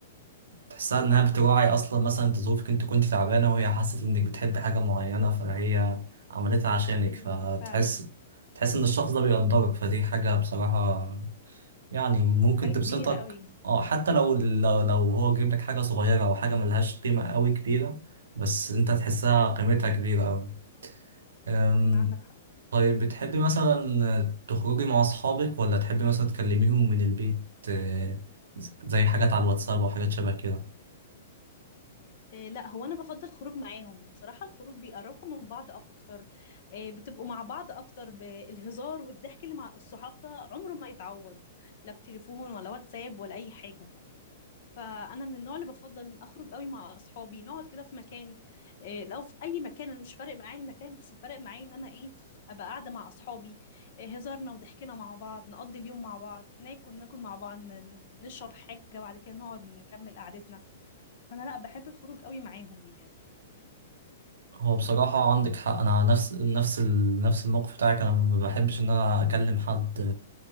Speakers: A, on the right; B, on the left.
A: تحسها انها بتراعي اصلا مثلا انت ظروفك انت كنت تعبانه وهي حست انك بتحب حاجه معينه فهي عملتها عشانك
B: ايوه
A: فتحس
B: فعلا
A: تحس ان الشخص ده بيقدرك فدي حاجه بصراحه يعني ممكن
B: حاجه
A: تبسطك
B: كبيره قوي
A: اه حتى لو لو, لو هو جايب لك حاجه صغيره او حاجه ملهاش قيمه قوي كبيره بس انت تحسها
B: فعلا
A: قيمتها كبيره قوي أم،
B: امم عندك حق
A: طيب بتحبي مثلا تخرجي مع اصحابك ولا تحبي مثلا تكلميهم من البيت آه، زي حاجات على الواتساب او حاجات شبه كده
B: إيه لا هو انا بفضل الخروج معاهم بصراحه الخروج بيقربكم من بعض اكتر إيه بتبقوا مع بعض اكتر بالهزار والضحك اللي مع الصحاب ده عمره ما يتعوض لا بتليفون ولا واتساب ولا اي حاجه فانا من النوع اللي بفضل ان اخرج قوي مع اصحابي نقعد كده في مكان آه، لو في اي مكان انا مش فارق معايا المكان بس فارق معايا ان انا ايه ابقى قاعده مع اصحابي آه، هزارنا وضحكنا مع بعض نقضي اليوم مع بعض ناكل ناكل مع بعض ن- نشرب حاجه بعد كده نقعد نكمل قعدتنا فانا لا بحب الخروج قوي معاهم يعني
A: هو بصراحة عندك حق أنا نفس نفس ال- نفس الموقف بتاعك أنا ما بحبش إن أنا أكلم حد